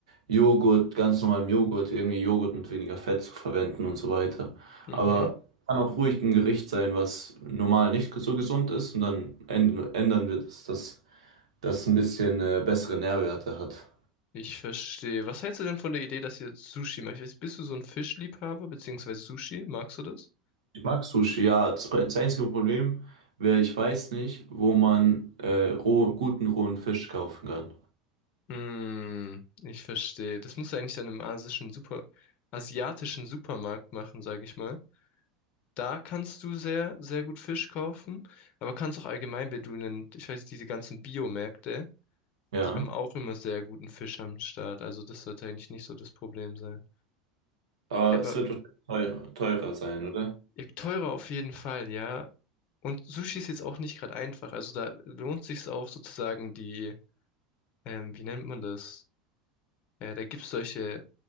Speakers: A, on the right (about 70°); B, on the left (about 45°).
A: Joghurt, ganz normalen Joghurt, irgendwie Joghurt mit weniger Fett zu verwenden und so weiter.
B: Mhm,
A: Aber kann auch ruhig ein Gericht sein, was normal nicht so gesund ist und dann änd- ändern wir das, dass das ein bisschen äh, bessere Nährwerte hat.
B: ich verstehe. Was hältst du denn von der Idee, dass ihr Sushi macht? Ich weiß, bist du so ein Fischliebhaber beziehungsweise Sushi? Magst du das?
A: Ich mag Sushi, ja. Das, das einzige Problem wäre, ich weiß nicht, wo man äh, roh, guten rohen Fisch kaufen kann.
B: Hm, ich verstehe. Das musst du eigentlich dann im asischen Super, asiatischen Supermarkt machen, sage ich mal. Da kannst du sehr, sehr gut Fisch kaufen, aber kannst auch allgemein, wenn du einen, ich weiß, diese ganzen Biomärkte,
A: Ja,
B: die haben auch immer sehr guten Fisch am Start. Also das sollte eigentlich nicht so das Problem sein.
A: aber
B: Ja, aber
A: es wird wahrscheinlich teurer, teurer sein, oder?
B: ja, teurer auf jeden Fall, ja. Und Sushi ist jetzt auch nicht gerade einfach. Also da lohnt sich's auch sozusagen die, ähm, wie nennt man das? Äh, da gibt's solche